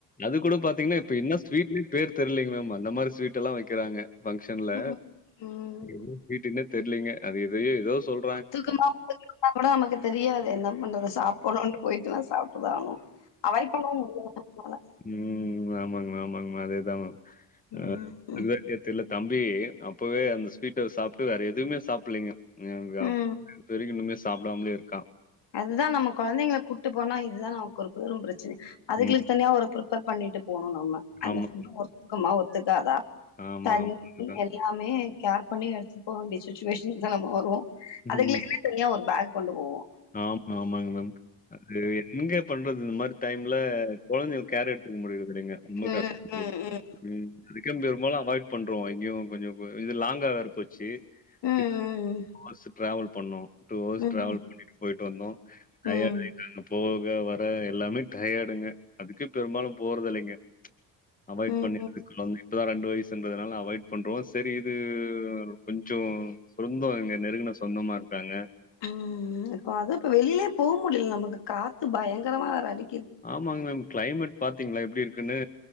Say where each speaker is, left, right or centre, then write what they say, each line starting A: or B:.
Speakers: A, on the left; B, on the left.
A: அது கூட பாத்தீங்னா இப்ப என்ன ஸ்வீட்னே பேர் தெர்லைங்கு மேம் அந்த மாரி ஸ்வீடெல்லா வைக்குறாங்க பங்க்ஷன்ல
B: ம் ம்
A: என்ன ஸ்வீட்னுனே தெர்லைங்க அது எதையோ எதோ சொல்
B: தூ கும்மா போகிட்டு பாக்கணு நமக்கு அத் தெரியாது என்ன பண்றது சாப்புணூன்டு போய்ட்டொன சாப் ட்டுதா ஆனு அவாய்டு பண்ணவு முடியாது <unintelligible> போனா
A: ம் ஆமாங்மா ஆமாங்மா அதேதா மா
B: ம்
A: அ
B: ம்
A: என்னன்டே தெர்ல தம்பி அப்பவே அந்த ஸ்வீட்ட சாப்ட்டு வேற எதுமே சாப்புலீங்க ஒன்னே ஒன்னு சாப்ட்
B: ம்
A: <inaudible> தெரியுனுங்க சாப்டாம்லே இருக்கான்
B: அதுதா நம்ம கொழந்தைங்குல கூட்டு போனா இதுதா நமக்கு ஒரு பெரும் பிரச்சனை அதுகிளுக்
A: ம்.
B: தனியா ஒரு ப்ரிப் பர் பண்ணிட்டு போனு நம்ம அந்த
A: ஆமா,
B: <inaudible> ஒர்த்துக்குமா ஒத்துக்காதா
A: ஆமா,
B: தண்ணி
A: ஆமா. அதுதான்.
B: எல் லாமே கேர் பண்ணி எடுத்துட் போவேண்டிய சுச்சுவேஷன்க்தா நம்ம வருவோ
A: ம்.
B: அதுங்கிளுக்குனே தனியா ஒரு பேக் கொண்டு போவோ
A: ஆமா ஆமாங்மேம் அது எங்க பண்றது இந்த மாரி டைம்ல கொழந்தைங்ளுக் கேரெடுத்துக்க முடிறதில்லைங்க ரொம்ப
B: ம்
A: கஷ்டோ பிள்ளைங்ளுகு
B: ம்
A: ம் அதுக்கே பெரும்பாலு அவாய்ட் பண்றோ எங்கியு கொஞ்சோ போ இது லாங்கா வேற போச்சு
B: ம் ம்
A: கிட் மாஸு டிராவல் பண்ண்ணு டூ ஹவர்ஸ்
B: ம் ம்
A: ட்ராவல் பண்ணிட்டு போய்ட்டு வந்தோ டயர்டு
B: ம்
A: ஆய்ட்டாங்க போக வர எல்லாமே டயடுங்க அதுக்கே பெரும்பாலு போறதில்லைங்க அவாய்ட்
B: ம்
A: பண்ணிட்ருக்குறோங்கே இப்பதா ரெண்டு வய்சுன்றதுனால அவாய்ட் பண்றோ சேரி இது கொஞ்சோ சொந்தோ எங்க நெருங்குன சொந்தமா இருக்காங்க
B: ம் இப்போ அதா இப்ப வெளிலே போ முடில நமக்கு காத்து பயங்கரமா வேற அடி
A: ஆமாங் மேம் கிளைமேட் பாத்தீங்ளா எப்டி இருக்குன்னு